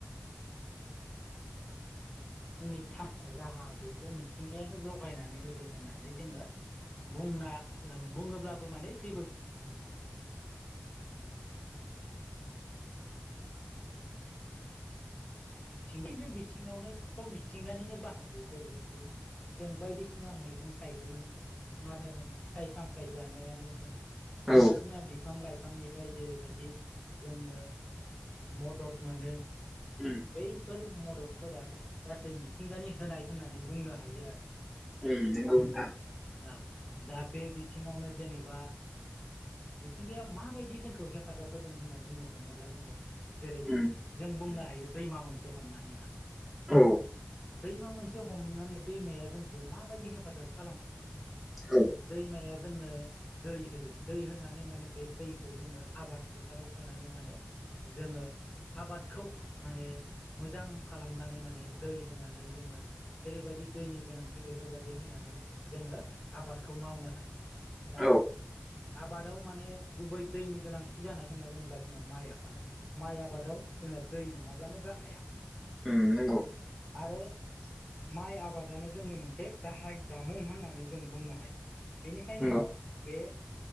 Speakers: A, on the left (about 30°); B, in the centre.
A: जोंनि थांनाय राहा बेखौ मिथिंगायानो जगायनानै होदों होननानै जोङो बुंना ओ बुङोब्लाबो माने जेबो
B: <inaudible>
A: थिंबि बे बिथिङावनो सब मिथिंगानिनो बाहागो जेरैबादि जों बायदिसिना मैगं थाइगंआनो होन फिथाइ सामथाइ जानायानो होन बायदिसिना
B: औ
A: बिफां लाइ फांनिफ्राय जेरैबायदि जोङो मदद मोनो ।
B: उम
A: बैफोर मददफोरा गासै मिथिंगानि होनाय होननानै बुंनो हायो आरो‌।
B: उम नोंगौ नोंथां।
A: औ दा बे बिथिङावनो जेनेबा मिथिंगाया माबायदि जोंखौ हेफाजाब होदों होनना बुंनो थाङोब्ला जोङो जेरै
B: उम
A: जों बुंनो हायो दैमा मोनसे हमनानै ला
B: औ।
A: दैमा मोनसे हमनानै दैमाया जोंखौ माबायदि हेफाजाब खालामगोन
B: औ
A: दैमाया जोंनो दै होयो दै होनानै माने बे दैखौ जोङो आबाद फोथाराव सोनानै माने जोङो आबादखौ माने मोजां खालामनानै माने दै होनानै जोङो जेरैबायदि दैनि गोनांथि बेफोरबायदि होनानै जोङो आबादखौ मावनो हायो । दा
B: औ
A: आबादाव माने गुबै दैनि गोनांथि जानाय होनना बुङोब्ला जोंहा माइ आबाद माइ आबादाव जोंहा दै नङाब्लानो जाखाया ।
B: उम नंगौ
A: आरो माइ आबादानो जोंनि मोनसे गाहाय जामुं होननानै जों बुंनो हायो। बेनिखायनो
B: नंगौ
A: बे